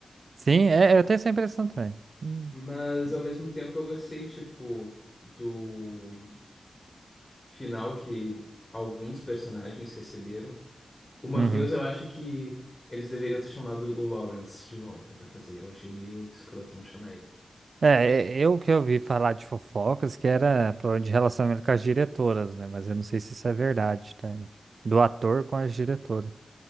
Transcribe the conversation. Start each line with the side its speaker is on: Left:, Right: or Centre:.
Right: Sim, é, eu tenho essa impressão também. Hum.
Left: Mas ao mesmo tempo eu gostei, tipo, do final que alguns personagens receberam. O Morpheus,
Right: Uhum.
Left: eu acho que eles deveriam ter chamado o Lawrence de volta pra fazer. Eu achei meio escroto não chamar ele.
Right: É, é, eu que ouvi falar de fofocas que era problema de relacionamento com as diretoras, né? Mas eu não sei se isso é verdade também. Do ator com as diretoras.